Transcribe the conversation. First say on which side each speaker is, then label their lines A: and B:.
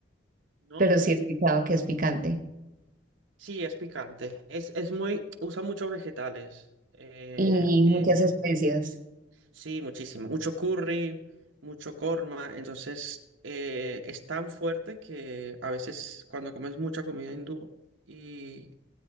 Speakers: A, on the right (about 75°); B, on the right (about 45°).
A: ¿no?
B: pero sí he escuchado que es picante
A: Sí, es picante. Es, es muy, usa muchos vegetales. Eh,
B: y
A: em,
B: muchas especias.
A: sí, muchísimo. Mucho curry, mucho korma. Entonces, eh, es tan fuerte que a veces cuando comes mucha comida hindú y,